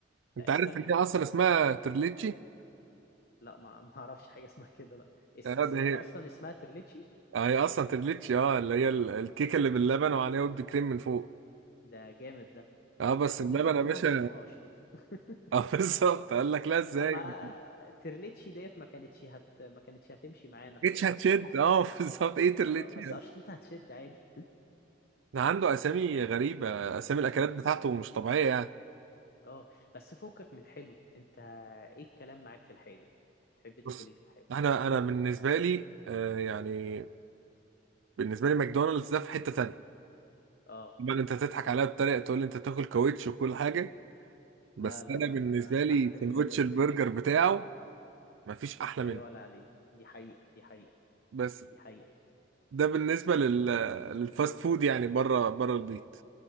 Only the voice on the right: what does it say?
انت عارف ان هي اصلا اسمها ترليتشي
اه
ده
هي
آه، هي اصلا ترليتشي اه اللي هي ال- الكيكه اللي باللبن وعليها ود كريم من فوق
اه بس
اللبن
يا باشا
اه <laughs> بالظبط قال لك لا ازاي
ما
جيتش هتشد
اه <laughs> بالظبط ايه ترليتشي
ده عنده اسامي غريبه اسامي الاكلات
بتاعته مش طبيعيه يعني
بص
انا انا بالنسبه لي آه يعني بالنسبه لي ماكدونالدز ده في حته تانية
طبعا انت تضحك عليا بطريقه تقول لي انت تاكل كاوتش وكل حاجه بس
انا
بالنسبه
لي
سندوتش
البرجر
بتاعه مفيش احلى
منه
بس
ده بالنسبه لل للفاست فود يعني بره بره البيت